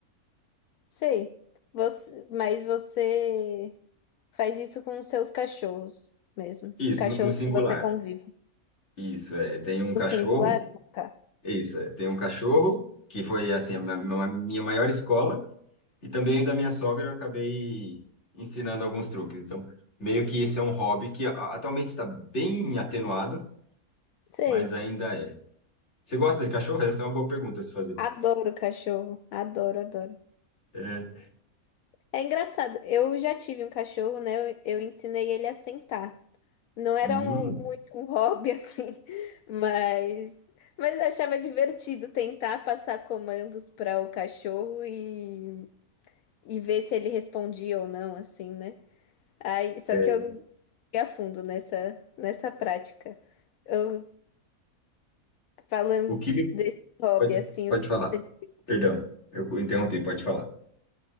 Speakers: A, on the left (about 75°); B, on the left (about 50°).
A: Sei. Você, mas você faz isso com os seus cachorros mesmo.
B: Isso,
A: Cachorros
B: no, no singular.
A: que você convive.
B: Isso, é. Tem um cachorro,
A: No singular, tá.
B: isso, é. Tem um cachorro, que foi, assim, a ma- ma- minha maior escola, e também da minha sogra eu acabei ensinando alguns truques. Então, meio que esse é um hobby que a- atualmente está bem atenuado,
A: Sei.
B: mas ainda é. Você gosta de cachorro? Essa é uma boa pergunta a se fazer.
A: Adoro cachorro. Adoro, adoro.
B: É.
A: É engraçado. Eu já tive um cachorro, né? Eu, eu ensinei ele a sentar. Não era
B: Hum,
A: um- muito um hobby, <laughs> assim, mas, mas eu achava divertido tentar passar comandos para o cachorro e, e ver se ele respondia ou não, assim, né? Aí, só
B: é.
A: que eu fui a fundo nessa, nessa prática. Eu falando
B: O que me...
A: desse hobby,
B: Pode,
A: assim,
B: pode
A: o que
B: falar.
A: você-
B: Perdão, eu interrompi, pode falar.